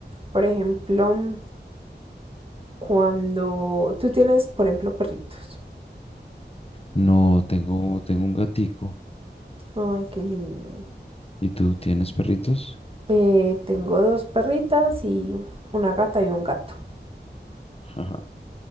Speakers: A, on the right; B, on the left.
A: por ejemplo, mm, cuando tú tienes, por ejemplo, perritos.
B: No, tengo, tengo un gatico.
A: Ay, qué lindo.
B: ¿Y tú tienes perritos?
A: Eh, tengo dos perritas y una gata y un gato.
B: Ajá.